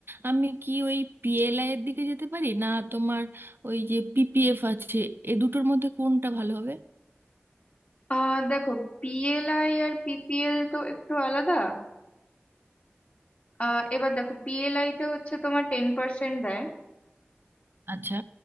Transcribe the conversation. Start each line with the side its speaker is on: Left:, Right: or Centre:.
Right: আমি কি ওই পিএলআই এর দিকে যেতে পারি না তোমার ওই যে পিপিএফ আছে এ দুটোর মধ্যে কোনটা ভালো হবে
Left: আহ দেখো পিএলআই আর পিপিএল তো একটু আলাদা আহ এবার দেখো পিএলআই তে হচ্ছে তোমার টেন পার্সেন্ট দেয়
Right: আচ্ছা